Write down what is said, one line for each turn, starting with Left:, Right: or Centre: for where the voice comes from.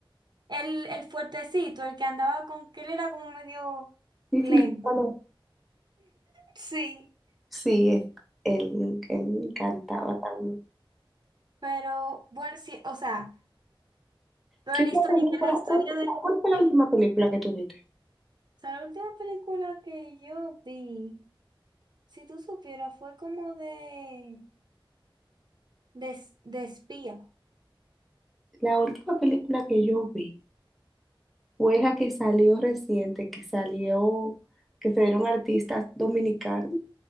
Right: el, el fuertecito, el que andaba con, que él era como medio
Centre: Sí,
Right: lento.
Centre: sí, ¿cuál es?
Right: Sí,
Centre: Sí, es- él, él me encantaba también.
Right: pero bueno, sí, o sea, lo
Centre: ¿Qué
Right: de la
Centre: otra
Right: historia,
Centre: película?
Right: que la historia
Centre: ¿Cuál,
Right: de,
Centre: cuál
Right: o
Centre: fue la última película que tuviste?
Right: sea, la última película que yo vi. Si tú supieras, fue como de, de, es- de espía.
Centre: La última película que yo vi fue la que salió reciente, que salió, que salieron artistas dominicanos,